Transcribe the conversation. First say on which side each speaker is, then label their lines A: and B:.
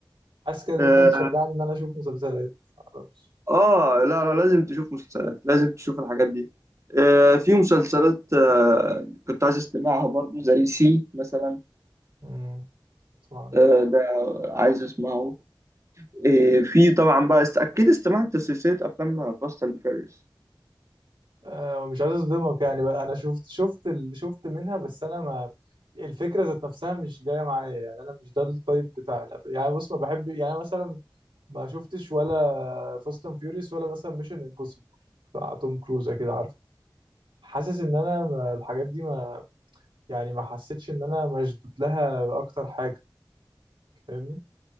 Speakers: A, on the right; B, on the right.
A: حاسس كده ان
B: آه,
A: انت هتشجعني ان انا اشوف مسلسلات معرفش
B: اه لا لا لازم تشوف مسلسلات لازم تشوف الحاجات دي آه في مسلسلات آه كنت عايز استمعها برضو زي سي مثلا
A: امم اسمع
B: آه ده عايز اسمعه إيه، في طبعا بقى است... اكيد استمعت لسلسله افلام فاست اند فيريوس
A: آه، مش عايز اصدمك يعني بقى انا شفت شفت ال... شفت منها بس انا ما الفكره ذات نفسها مش جايه معايا يعني انا مش ده التايب بتاع الأف- يعني بص ما بحب يعني مثلا ما شفتش ولا فاست اند فيوريوس ولا مثلا ميشن امبوسيبل بتاع توم كروز كده عارف حاسس ان انا ما... الحاجات دي ما يعني ما حسيتش ان انا مشدود لها اكتر حاجه فاهمني